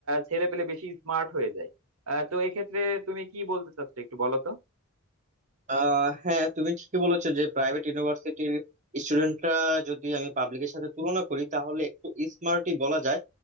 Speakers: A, on the right (about 70°); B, on the right (about 35°).
A: ছেলে পেলে বেশি স্মার্ট হয়ে যায় আহ, তো এক্ষেত্রে তুমি কি বলতে চাচ্ছো একটু বলো তো
B: আহ হ্যাঁ তুমি ঠিকই বলেছো যে প্রাইভেট ইউনিভার্সিটির স্টুডেন্টরা যদি আমি পাবলিকের সাথে তুলনা করি তাহলে একটু স্মার্টই বলা যায়